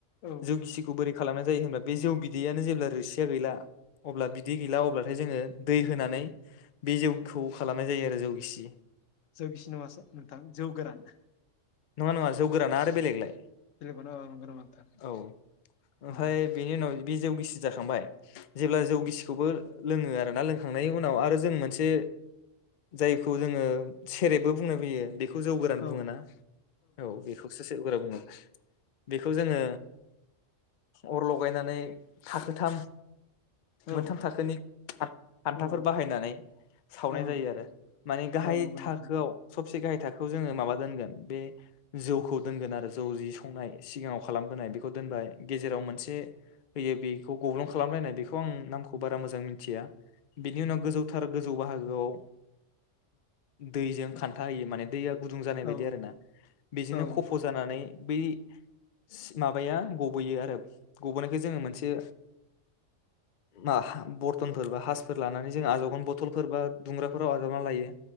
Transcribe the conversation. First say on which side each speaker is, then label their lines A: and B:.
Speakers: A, on the left; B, on the left.
A: औ
B: जौगिसिखौ बोरै खालामनाय जायो होमब्ला बे जौ बिदैयानो जेब्ला रोसिया गैला अब्ला बिदि गैला अब्लाथाय जोङो दै होनानै बे जौखौ खालामनाय जायो आरो जौ गिसि
A: जौगिसि नङा सार नोंथां जौ गोरान
B: नङा नङा जौ गोराना आरो बेलेगलाय
A: बेलेगखौनो औ नंगौ नामा नोंथां
B: औ ओमफाय
A: अ
B: बेनि उनाव बे जौ गिसि जाखांबाय जेब्ला जौ गिसिखौबो लोङो आरोना लोंखांनायनि उनाव आरो जों मोनसे जायखौ जोङो सेरेबबो बुंनो फैयो बेखौ जौ गोरानखौनो
A: औ
B: ना औ बेखौसो स <unintelligible> बुंङो बेखौ जोङो अर लगायनानै थाखोथाम
A: औ
B: मोनथाम थाखोनि हान-हान्थाफोर
A: नोंथां
B: बाहायनानै सावनाय
A: औ नोंथां
B: जायो आरो माने गाहाय
A: औ नंगौ
B: थाखोआव
A: नोंथां
B: स सबसे गाहाय थाखोआव जोङो माबा दोनगोन बे जौखौ दोनगोन आरो जौ जि संनाय सिगाङाव खालामबोनाय बेखौ दोनबाय गेजेराव मोनसे होयो बेखौ गब्लं खालामलायनाय बेखौ आं नामखौ बारा मोजां मिथिया बेनि उनाव गोजौथार गोजौ बाहागोआव दैजों खान्था होयो माने दैया गुदुं जानाय बायदि
A: औ
B: आरो ना बेजोंनो
A: औ
B: खफ जानानै बै स माबाया गबोयो आरो। गबोनायखो जोङो मोनसे मा बरथनफोर बा हासफोर लानानै जों आजावगोन बथलफोर बा दुंग्राफोराव आजावनानै लायो